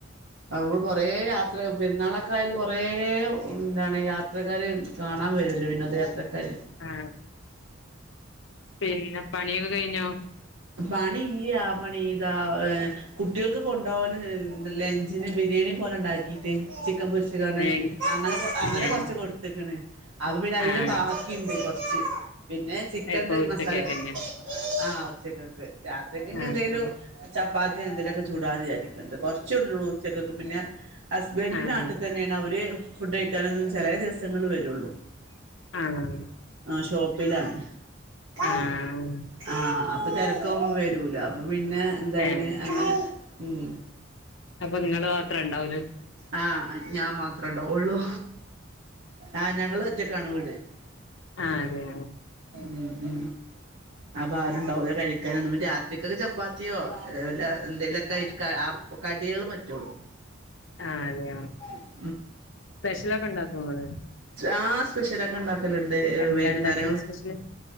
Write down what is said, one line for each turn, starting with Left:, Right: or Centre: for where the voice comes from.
Right: ആ ഇങ്ങള് കൊറേ യയാത്രയൊക്കെ പെരുന്നാലൊക്കെ, ആയാല് കൊറേയെ എന്താണ് യാ യാത്രക്കാര് കാണാൻവരൂല്ലേ വിനോദയാത്രക്കാര്
Left: ആഹ് പിന്നെ പണിയൊക്കെ കഴിഞ്ഞോ.
Right: പണിഇല്ല്യ, പണിതാ ഏ കുട്ടികൾക്ക് കൊണ്ടോവാൻ ലെ ലെഞ്ചിന് ബി ബിരിയാണി പോലെ ഇണ്ടാക്കിട്ട് ചിക്കൻപൊരി വെച്ചിങ്ങാണ്ട്,
Left: ഏയ്
Right: അങ്ങനെ അങ്ങനെകൊറച്ച്
Left: ഏഹ്
Right: കൊടുത്ത്ക്കാണ് അപ്പോ പിന്നെ അതിന്റെ
Left: ആഹ്
Right: ബാക്കിണ്ട് കോ ഇച്ച് പിന്നെ ചിക്കണ്ട്
Left: ഇപ്പൊ ഉച്ചക്കേക്കന്നെ
Right: മസാല ആ ഉച്ചക്കക്ക്. രാത്രിക്ക് ഇനി
Left: ആഹ്
Right: എന്തേലും ചപ്പാത്തി എന്തേലും ഒക്കെ ചൂടാ എന്ന് വിചാരിക്ക്ണ്ട് കുറച്ചുണ്ടള്ളൂഉച്ചക്കക്ക് പിന്നെ ഹസ്ബന്റ്,
Left: ആഹ്
Right: നാട്ത്തെന്നെയാണ് അവര് ഫുഡ്‌ കഴിക്കെന്നും ചേലെ ദിവസ ങ്ങള് വരൊള്ളൂ
Left: ആഹ്
Right: ആഷോപ്പിലാണ്. കൈ
Left: ആഹ്
Right: ആഹ് അപ്പോ തിരക്കവുബോ വരുല്ല അപ്പോ പിന്നെ എന്താണ്
Left: ഏഹ്
Right: അങ്ങനെ ഉം
Left: അപ്പ ഇങ്ങള് മാത്രം ഇണ്ടാവൂ
Right: ആ ഞാൻ മാത്ര ഉണ്ടോ ഉള്ളൂ ആ ഞങ്ങള് ഒറ്റ ക്കാണ് വീട്
Left: ആ അതെയെ
Right: മ് മ് അപ്പൊ ആരുണ്ടാവൂല്ല കഴിക്കാനും പിനെ രാ <unintelligible> ചപ്പാത്തിയോ എന്തെലൊക്കെ ആയിട്ട് കടിയകള് പറ്റുള്ളൂ
Left: ആ അതെ
Right: <unintelligible>
Left: സ്പെഷ്യലൊക്കെ ഉണ്ടാക്കെ നിങ്ങള്
Right: ആ സ്പെഷ്യലൊക്കെ ഉണ്ടാക്കലുണ്ട്
Left: എന്താ
Right: വൈകുന്നേരങ്ങള
Left: ഇണ്ടാക്കല് സ്പെഷ്യല്